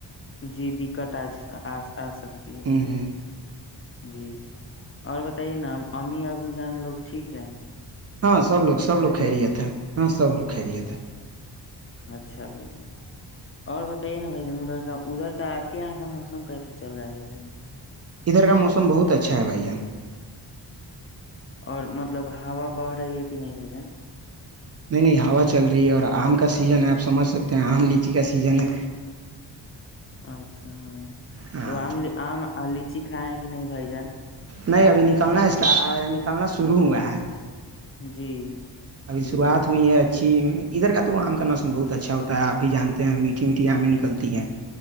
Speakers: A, on the left; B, on the right.
A: جی دقت <unintelligible> ا سکتی ہے بھائی
B: ہوں
A: جان
B: ہوں
A: جی اور بتائیے نام امی ابو جان لوگ ٹھیک ہیں
B: ہاں لوگ
A: سب خیریت
B: لوگ ہے ہاں سب لوگ خیریت
A: اچھا
B: ہے
A: اچھا بھائی اور بتائیے نا بھائی جان ادھر ادھر اپ کے یہاں کا موسم کیسا چل رہا ہے بھائی جان
B: ادھر کا موسم بہت اچھا ہے بھائی جان
A: اور مطلب ہوا بار ہے یہ کہ نہیں بھائی جان
B: نہیں نہیں ہوا چل رہی ہے اور ام کا سیزن ہے اپ سمجھ سکتے ہیں عام اور لیچی کا سیزن ہے
A: اچھا
B: ہاں
A: تو عام عام اور لیچی کھائیں کہ نہیں بھائی جان
B: نہیں ابھی نکلنا ہے اس کا نکالنا شروع ہوا ہے
A: جی
B: ابھی
A: جی
B: شروعات
A: بھائی جان
B: ہوئی ہے اچھی <unintelligible> ادھر کا تو عام کرنا سن بہت اچھا اور اپ بھی جانتے ہیں میٹھی میٹھی امی نکلتی ہے